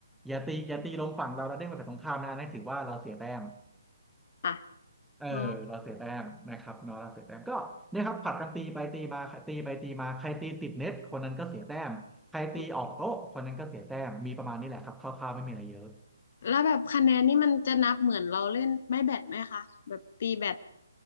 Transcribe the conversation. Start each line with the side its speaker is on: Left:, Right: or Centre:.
Centre: อย่าตีอย่าตีลงฝั่งเราแล้วเด้งไปฝั่งตรงข้ามนะนั่นถือว่าเราเสียแต้ม
Left: ค่ะ
Centre: เออเราเสียแต้มนะครับเนาะเราเสียแต้มก็เนี่ยครับผลัดกันตีไปตีมาใครตีไปตีมาใครตีติดเน็ตคนนั้นก็เสียแต้มใครตีออกโต๊ะคนนั้นก็เสียแต้มมีประมาณนี้แหละครับคร่าวๆไม่มีอะไรเยอะ
Left: อ๋ออืมแล้วแบบคะแนนนี่มันจะนับเหมือนเราเล่นไม่แบดไหมคะแบบตีแบด